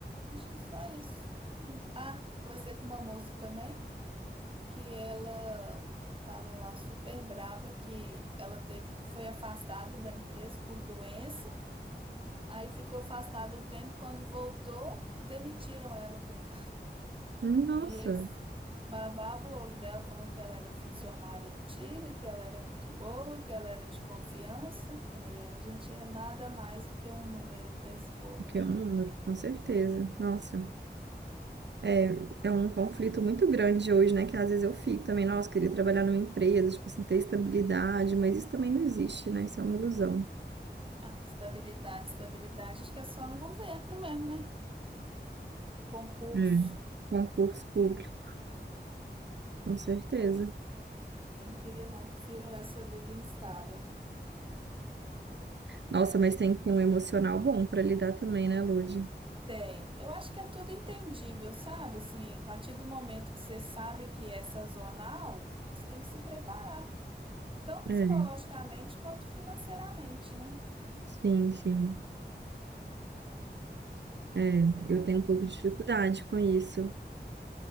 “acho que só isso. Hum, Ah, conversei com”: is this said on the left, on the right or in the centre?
Right